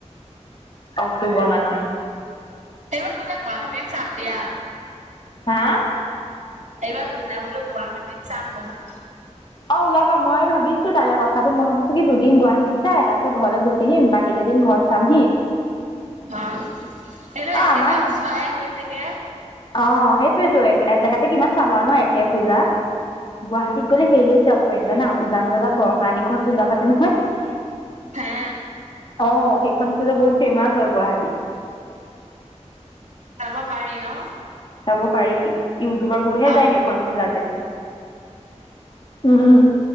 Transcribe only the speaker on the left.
অক্টোবৰ মানত।
হা।
অ', ওলাবা, মই ভাবিছোঁ তাৰে কথাটো। মই ভাবিছোঁ কি দুদিন গুৱাহাটীত চাই তাৰ পিছত ঘৰলৈ গুচি এদিন, বাকী কেইদিন ঘৰত চামহি।
অ
আমাৰ
অ', সেইটোয়েতো একজেগাতে কিমান চাম আৰু ন একে পূজা। গুৱাহাটীত গ'লে হেৰিলেও যাব পাৰিম জানা, উজানবজাৰত বৰষাৰাণী ঘৰত পূজা পাতে নহয়।
অ', সেইখন পূজা বহুত ফেমাচ হয় গুৱাহাটীত।
যাব পাৰি। ইউটিউবাৰবোৰহে
যায় সেইখন পূজালে। উম।